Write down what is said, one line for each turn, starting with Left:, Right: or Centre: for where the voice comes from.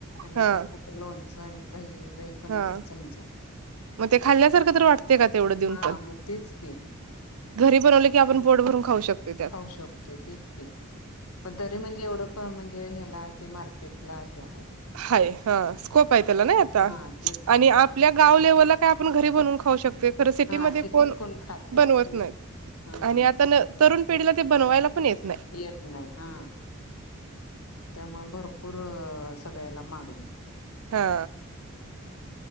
Left: आणि
Right: हा
Left: त्यात कुठ लोनच पंच दही दही पण
Right: हा
Left: एक चमचा
Right: मग ते खाल्ल्यासारखं तर वाटते का तेवढं देऊन
Left: हा
Right: पण.
Left: मग तेच की
Right: घरी बनवले की आपण पोट भरून खाऊ शकतो त्यात
Left: खाऊ शकतोय तेच की पण तरी म्हणजे एवढं म्हणजे ह्याला ते मार्केटला हे हाय.
Right: हाय ह स्कोप हाय त्याला ना ता
Left: हा तेच
Right: आणि
Left: की
Right: आपल्या गाव लेव्हल काय आपण घरी बनवून खाऊ शकतोय. खरं सिटीमध्ये
Left: हा सिटीत
Right: कोण
Left: खाते
Right: बनवत
Left: असं
Right: नाही
Left: का हा हा
Right: आणि आता तरुण पिढीला ते बनवायला पण येत नाही
Left: येत नाही हा त्यामुळे भरपूर अं सगळेला मागली
Right: हा.